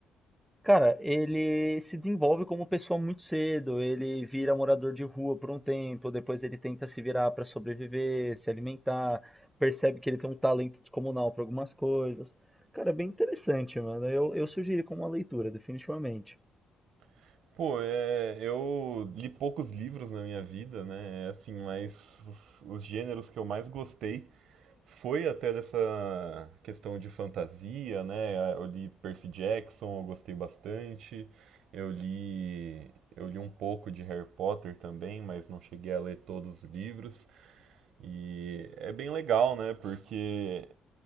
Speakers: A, in the centre; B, on the right.
A: Cara, ele se desenvolve como pessoa muito cedo. Ele vira morador de rua por um tempo, depois ele tenta se virar para sobreviver, se alimentar, percebe que ele tem um talento descomunal para algumas coisas. Cara, é bem interessante, mano. Eu, eu sugiro como uma leitura, definitivamente.
B: <laughs> Pô, é, eu li poucos livros na minha vida, né? É assim, mas os, os gêneros que eu mais gostei foi até dessa questão de fantasia, né? Eu li Percy Jackson, eu gostei bastante. Eu li, eu li um pouco de Harry Potter também, mas não cheguei a ler todos os livros. E é bem legal, né? Porque